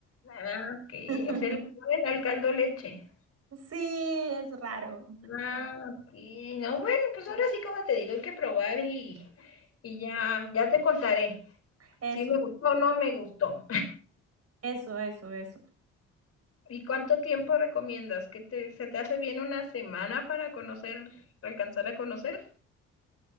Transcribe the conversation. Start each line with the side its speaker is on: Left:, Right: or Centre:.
Left: Ah, ok.
Right: <laughs>
Left: O sea, le ponen al caldo leche.
Right: Sí, es raro.
Left: Ah, ok. No, bueno, pues ahora sí, como te digo, hay que probar y, y ya, ya te contaré
Right: Eso,
Left: si me gustó o no me gustó.
Right: eso, eso, eso.
Left: ¿Y cuánto tiempo recomiendas? ¿Que te, se te hace bien una semana para conocer, para alcanzar a conocer?